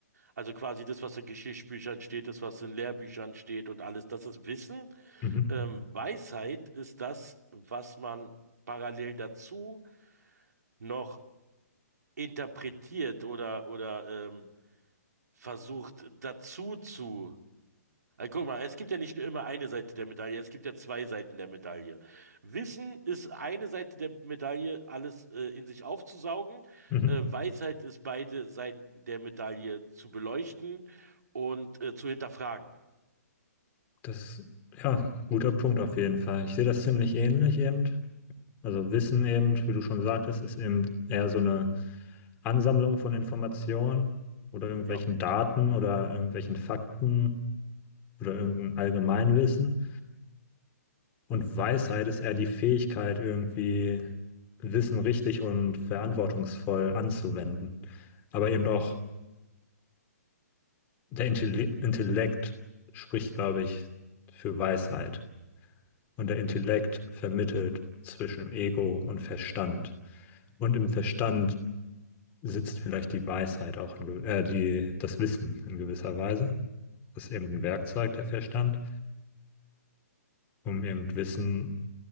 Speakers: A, on the right (about 80°); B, on the left (about 20°).
A: Also quasi das, was in Geschichtsbüchern steht, das, was in Lehrbüchern steht und alles, das ist Wissen.
B: Mhm.
A: Ähm, Weisheit ist das, was man parallel dazu noch interpretiert oder, oder ähm, versucht dazu zu Also guck mal, es gibt ja nicht nur immer eine Seite der Medaille, es gibt ja zwei Seiten der Medaille. Wissen ist eine Seite der Medaille, alles äh, in sich aufzusaugen.
B: Mhm.
A: Äh, Weisheit ist beide Seiten der Medaille zu beleuchten und äh, zu hinterfragen.
B: Das, ja, guter Punkt auf jeden Fall. Ich sehe das ziemlich ähnlich eben. Also Wissen eben, wie du schon sagtest, ist eben eher so eine Ansammlung von Informationen oder irgendwelchen
A: Ja.
B: Daten oder irgendwelchen Fakten oder irgendein Allgemeinwissen. Und Weisheit ist eher die Fähigkeit, irgendwie Wissen richtig und verantwortungsvoll anzuwenden. Aber eben auch der Intelli Intellekt spricht, glaube ich, für Weisheit. Und der Intellekt vermittelt zwischen Ego und Verstand. Und im Verstand sitzt vielleicht die Weisheit auch in, gew- äh, die, das Wissen in gewisser Weise. Das ist eben ein Werkzeug, der Verstand, um eben Wissen